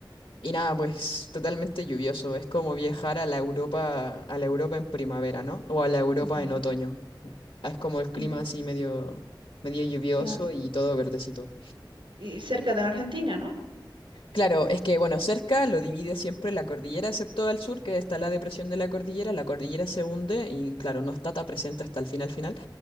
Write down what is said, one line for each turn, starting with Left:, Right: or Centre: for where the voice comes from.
Left: Y nada, pues totalmente lluvioso, es como viajar a la Europa, a la Europa en primavera, ¿no? O a la Europa
Right: Ya.
Left: en otoño. Es como el
Right: Y-
Left: clima así medio, medio lluvioso
Right: Claro.
Left: y todo verdecito.
Right: y cerca de la Argentina, ¿no?
Left: Claro, es que bueno, cerca lo divide siempre la cordillera, excepto al sur, que está la depresión de la cordillera, la cordillera se hunde y claro, no está tan presente hasta el final final.